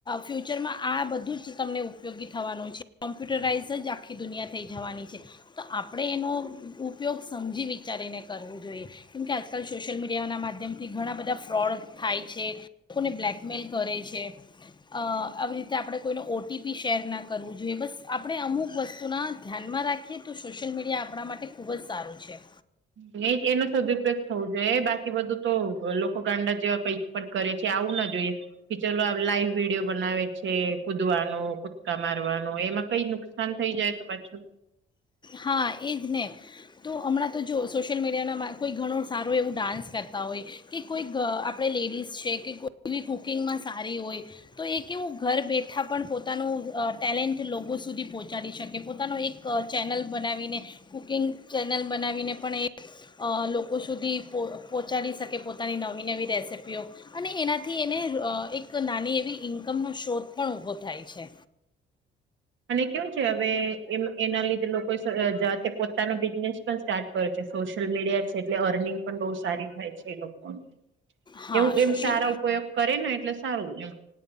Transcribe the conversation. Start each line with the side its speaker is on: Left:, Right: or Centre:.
Left: ફ્યુચરમાં આ બધું જ તમને ઉપયોગી થવાનું છે કોમ્પ્યુટરાઇઝ જ આખી દુનિયા થઈ જવાની છે તો આપણે એનો. ઉપયોગ સમજી વિચારીને કરવું જોઈએ. કેમ કે આજકાલ સોશ્યલ મીડિયા ના માધ્ય. માધ્યમથી ઘણા બધા ફ્રોડ થાય છે લોકોને બ્લેકમેલ કરે છે આવી રીતે આપણે કોઈનો ઓટીપી શેર ના કરવું જોઈએ બસ આપણે અમુક વસ્તુના ધ્યાનમાં રાખીએ તો સોશિયલ મીડિયા આપણા માટે ખૂબ જ સારું છે.
Right: નહી એનો સદુપયોગ થવો જોઈએ બાકી બધું તો લોકો ગાંડા કઈક પણ કરે છે આવું ના જોઈએ કે ચલો લાઈવ યો બનાવે છે કુદવાનો કુદકામ મારવાર મ એમાં કઈ નુકસાન થઈ જાય તો પાછું
Left: હા એ જ ને તો હમણાં તો જો સોશિયલ મીડિયાના કોઈ ઘણું સારું એવું ડાન્સ કરતા હોય કે કોઈ આપણે લેડીઝ છે કે કોઈ કુકિંગમાં સારી હોય તો એ એવું ઘર બેઠા પણ પોતાનું ટેલેન્ટ લોકો લોકો સુધી પહોંચાડી શકે પોતાનો એક ચેનલ બનાવીને કુકિંગ ચેનલ બનાવીને પણ એ લોકો સુધી પહોંચાડી શકે પોતાની નવી નવી રેસીપીઓ અને એનાથી એને એક નાની એવી ઇન્કમનો શ્રોત પણ ઊભો થાય છે.
Right: અને કેવું છે હવે એ એના લીધે લોકો જાતે પોતાનો બિઝનેસ પણ સ્ટાર્ટ કરે છે સોશિયલ મીડિયા છે એટલે અર્નિંગ પણ બહ સારી થાય છે એ લોકોને.
Left: હા
Right: એવું
Left: સોશિયલ
Right: એમ સારા ઉપયોગ કરે ને એટલે. સારું.